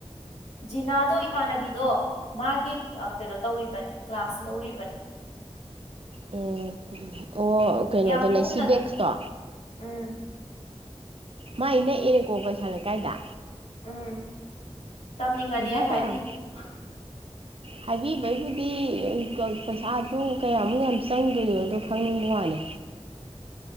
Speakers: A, on the left; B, on the right.
A: ꯖꯤꯅꯥꯗꯣ ꯏꯃꯥꯟꯅꯕꯤꯗꯣ ꯃꯥꯒꯤ ꯑꯥ ꯀꯩꯅꯣ ꯇꯧꯔꯤꯕꯅꯦ ꯀ꯭ꯂꯥꯁ ꯂꯧꯔꯤꯕꯅꯦ
B: ꯎꯝ ꯑꯣ ꯀꯩꯅꯣꯗꯣ
A: ꯌꯥꯝ ꯀꯣꯝꯅ
B: ꯂꯩꯁꯤ
A: ꯑꯗꯨꯝ
B: ꯕꯦꯛꯁꯇꯣ
A: ꯎꯝ
B: ꯃꯥꯏ ꯅꯛ ꯑꯦꯀꯣ ꯀꯩꯁꯥꯝ ꯂꯩꯀꯥꯏꯗ
A: ꯎꯝ ꯇꯝꯅꯤꯡꯉꯗꯤ
B: ꯄꯩꯁꯥ
A: ꯑꯩ
B: ꯀꯩꯌꯥꯝ
A: ꯍꯥꯏꯕꯤꯈꯤ <inaudible>
B: ꯍꯥꯏꯕꯤꯕꯩꯕꯨꯗꯤ ꯄꯩꯁꯥꯗꯨ ꯀꯌꯥꯃꯨꯛ ꯌꯥꯝ ꯆꯪꯗꯣꯏꯅꯣꯗꯣ ꯈꯪꯅꯤꯡꯕ ꯋꯥꯅꯦ